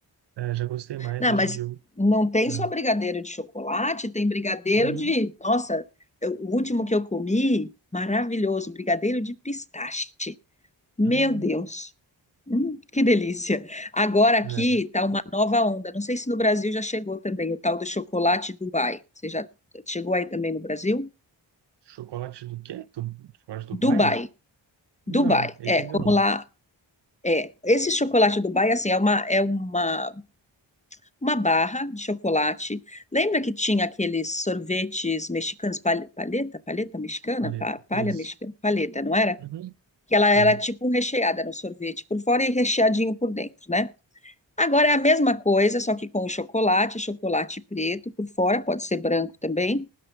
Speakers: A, on the right (about 65°); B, on the left (about 15°).
A: eh, já gostei mais.
B: Não,
A: Hoje
B: mas
A: em dia, eu,
B: não tem
A: ah,
B: só brigadeiro de chocolate, tem brigadeiro
A: uhum,
B: de. Nossa, eu- o último que eu comi, maravilhoso, brigadeiro de pistache. Meu
A: hum,
B: Deus, hum, que delícia! Agora aqui
A: é.
B: tá uma nova onda. Não sei se no Brasil já chegou também o tal do chocolate Dubai. Você já chegou aí também no Brasil?
A: Chocolate do quê? Do, chocolate do
B: Dubai,
A: Dubai? Não,
B: Dubai.
A: esse
B: É,
A: ainda
B: como
A: não.
B: lá é. Esse chocolate Dubai, assim, é uma, é uma uma barra de chocolate. Lembra que tinha aqueles sorvetes mexicanos, pal- paleta, paleta mexicana,
A: Paleta.
B: Pa- palha
A: Isso.
B: mexicana, paleta, não era?
A: Uhum.
B: Que ela
A: Sim.
B: era tipo um recheada era um sorvete por fora e recheadinho por dentro, né? Agora é a mesma coisa, só que com o chocolate, chocolate preto por fora, pode ser branco também.